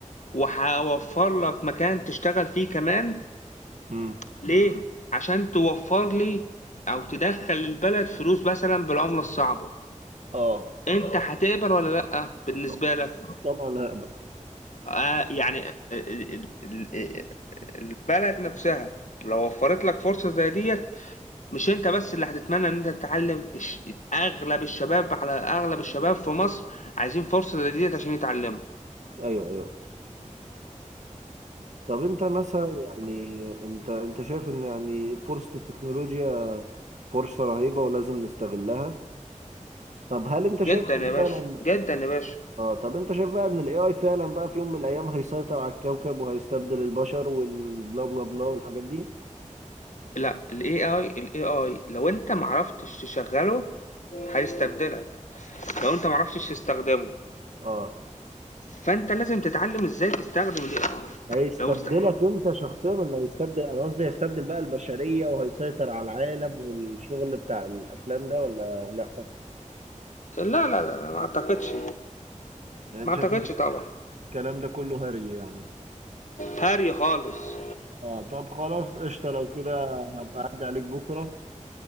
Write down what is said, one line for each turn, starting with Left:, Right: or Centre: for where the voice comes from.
Left: وهوفر لك مكان تشتغل فيه كمان
Right: مم.
Left: ليه عشان توفر لي او تدخل البلد فلوس مثلا بالعملة الصعبة
Right: اه
Left: انت هتقبل ولا لا بالنسبة
Right: طب-
Left: لك
Right: طبعا هقبل
Left: آه يعني ال- ال- ال- البلد نفسها لو وفرت لك فرصة زي ديت مش انت بس اللي هتتمنى ان انت تتعلم الش- اغلب الشباب على اغلب الشباب في مصر عايزين فرصة زي ديت عشان يتعلموا
Right: ايوه ايوه طب انت مثلا يعني انت انت شايف ان يعني فرصة التكنولوجيا فرصة رهيبة ولازم نستغلها طب هل انت شايف
Left: جدا
Right: إن
Left: يا باشا
Right: فعلا
Left: جدا يا باشا
Right: اه طب انت شايف بقى ان الاي اي فعلا بقى في يوم من الايام هيسيطر على الكوكب وهيستبدل البشر والبلا بلا بلا والحاجات دي
Left: لا الاي اي الاي اي لو انت معرفتش تشغله هيستبدلك لو انت معرفتش تستخدمه
Right: اه
Left: فانت لازم تتعلم ازاي تستخدم الاي اي
Right: هيستبدلك
Left: لو است...
Right: انت شخصيا ولا هيستبدل انا قصدي هيستبدل بقى البشرية وهيسيطر على العالم والشغل بتاع الافلام ده ولا لا
Left: لا لا لا لا، ما اعتقدش
Right: يعني انت
Left: ما اعتقدش
Right: شايف إن
Left: طبعا
Right: الكلام ده كله هري يعني
Left: هاري خالص
Right: اه طب خلاص قشطة لو كده هبقى اعدي عليك بكرة